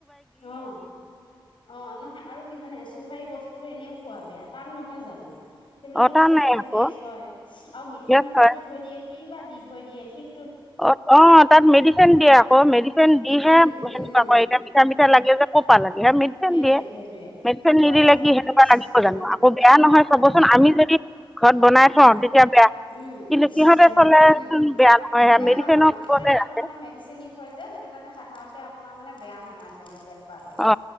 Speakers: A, on the left (about 65°); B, in the centre.
A: অ অ নহয় আৰু কি জানে চু। কুফাৰী বস্তুটো এনেও খোৱা বেয়া টান নহয় জানো। সেইবিলাক
B: অঁ
A: বস্তু
B: টানেই
A: খালে
B: আকৌ
A: গেছ হয় আৰু মিঠা
B: গেছ
A: মিঠা
B: হয়
A: দি থৈ দিয়ে কি বা দি থৈ দিয়ে ঠিক।
B: অ', -অ' তাত মেডিচিন দিয়ে আকৌ মেডিচিন দিহে
A: উম
B: সেনেকুৱা
A: উম
B: ক এতিয়া মিঠা-মিঠা লাগে যে কপা লাগে মেডিচিন
A: সেইটোৱে
B: দিয়ে।
A: সেইটোৱে
B: মেডিচিন
A: খোৱা
B: নিদিলে
A: বস্তু
B: কি সেনেকুৱা লাগিব
A: উম
B: জানো আকৌ বেয়া নহয়
A: আকৌ
B: চাবচোন আমি যদি। ঘৰত বনাই থওঁ
A: উম
B: তেতিয়া বেয়া
A: উম
B: কিন্তু সিহঁতে
A: বেয়া
B: চলেচোন
A: উম।
B: বেয়া নহয় সেয়া
A: বেয়া
B: মেডিচিনৰ
A: নহয় সিহঁতে
B: ওপৰতে
A: থোৱাটো
B: ৰাখে
A: মানে মেডিচিন দি থয় যে, সেইটো কাৰণে সাধাৰণতে আপোনাৰ মানে বেয়া নহয় তেওঁলোকে থোৱাতো
B: অ